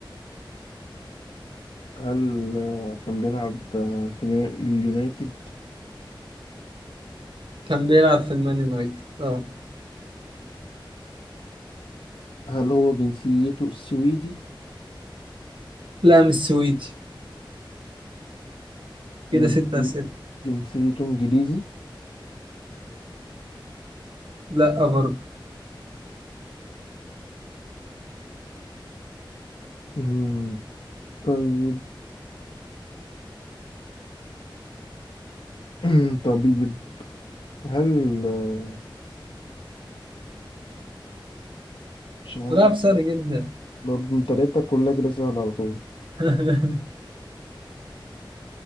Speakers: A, on the left; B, on the right.
A: هل آه، كان بيلعب آه، في اليو- اليونايتد
B: كان بيلعب في المان يونايتد اه
A: هل هو جنسيته سويدي
B: لا مش سويتي
A: جن-
B: كده ست أسئلة
A: جنسيته انجليزي
B: لا برضه
A: مم، طيب <clears throat> طبيب هل آه، مش عارف
B: بيلعب سهل جدا
A: برضه انت لقيتها كلها كده سهلة على طول
B: <laughs>